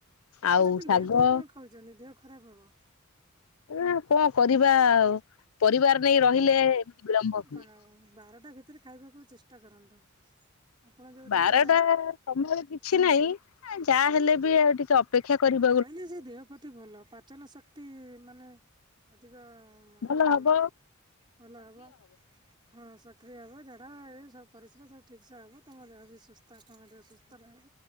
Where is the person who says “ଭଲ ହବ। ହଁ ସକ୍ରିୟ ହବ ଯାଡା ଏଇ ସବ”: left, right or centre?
Right